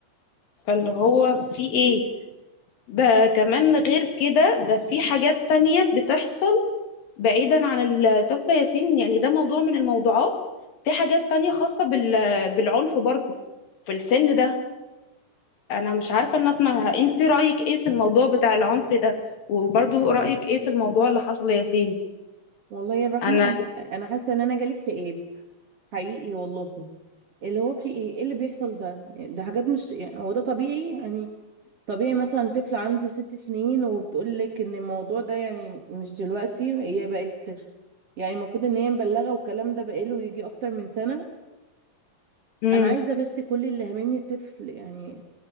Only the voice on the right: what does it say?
والله يا رحمه
انا حاسه ان انا جالي اكتئاب حقيقي والله اللي هو في ايه ايه اللي بيحصل ده ده حاجات مش يعني هو ده طبيعي يعني طبيعي مثلا طفل عنده ست سنين وبتقول لك ان الموضوع ده يعني مش دلوقتي هي بقت يعني المفروض ان هي مبلغه والكلام ده بقاله يجي اكتر من سنه
انا عايزه بس كل اللي هاممني الطفل يعني